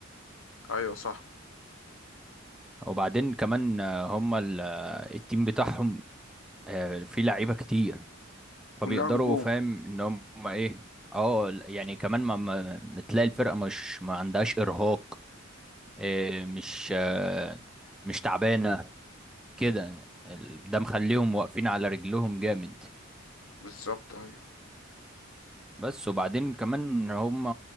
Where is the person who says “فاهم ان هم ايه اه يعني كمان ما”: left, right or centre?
Centre